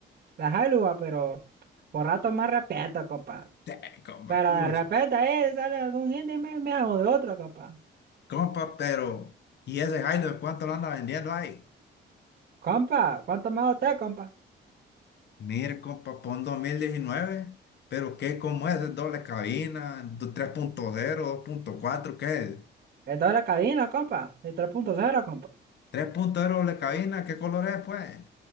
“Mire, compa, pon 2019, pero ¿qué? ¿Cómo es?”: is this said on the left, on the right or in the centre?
Left